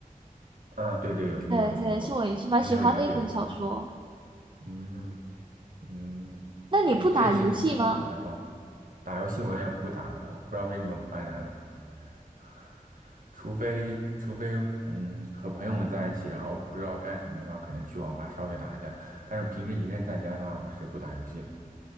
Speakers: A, on the right; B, on the right.
A: 嗯，对对，有听过有听过，
B: 对对，是我也是蛮喜欢的一本小说。
A: 还没有了解过。嗯。嗯，
B: 那你不打游戏吗？
A: 可以，这也嗯是一种不错的爱好打游戏我也不打，我不知道为什么不爱打游戏，<laughs> 除非除非嗯和朋友们在一起，然后不知道干什么的话，可能去网吧稍微打一下。但是平时一个人在家的话，我是不打游戏的。